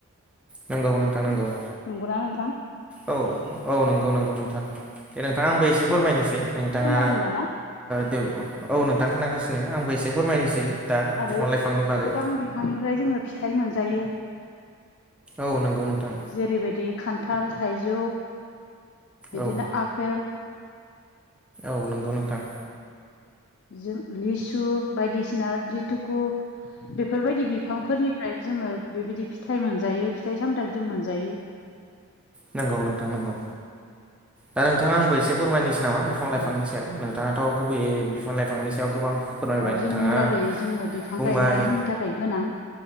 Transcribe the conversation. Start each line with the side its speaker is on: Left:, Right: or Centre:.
Centre: नंगौ नोंथां नंगौ
Left: नंगौना नोंथां
Centre: औ औ नंगौ नंगौ नोंथां दे नोंथाङा आंबो एसे फोरमायनोसै नोंथाङा
Left: खोनादों दाना
Centre: दे औ नोंथां खोनागासिनो आंबो एसे फोरमायनोसै दा
Left: आरो
Centre: बिफां लाइफांनि बागै
Left: गोबां बिफांनिफ्राय जोङो फिथाइ मोनजायो
Centre: औ नंगौ नोंथां
Left: जेरैबायदि खान्थाल थाइजौ बिदिनो
Centre: औ
Left: आपेल
Centre: औ नंगौ नोंथां
Left: जों लिसु बायदिसिना लिथुकु बेफोरबायदि बिफांफोरनि ओमफ्राय जोङो बेबायदि फिथाइ मोनजायो फिथाइ सामथाय जों मोनजायो
Centre: नंगौ नोंथां नंगौ दा नोंथाङा आंबो एसे फोरमायनोसै नामा बिफां लाइफांनि
Left: औ
Centre: सायाव नोंथाङाथ' गुबै बिफां लाइफांनि सायाव गोबां फोरमायबाय
Left: दा
Centre: नोंथाङा
Left: जोंनि लागै जोङो बिफां
Centre: बुंबाय
Left: गायनाया जोंनि थाखाय गोनां